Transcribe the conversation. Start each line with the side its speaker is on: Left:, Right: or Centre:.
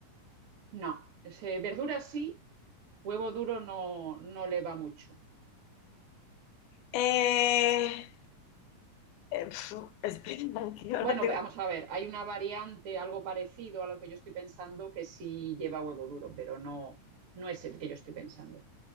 Right: no, Ese, verduras sí, huevo duro no, no le va mucho.
Left: eh, eh, pf, espera, <laughs> que ahora
Right: Bueno,
Left: tengo-
Right: vamos a ver, hay una variante, algo parecido a lo que yo estoy pensando, que sí lleva huevo duro, pero no, no es el que yo estoy pensando.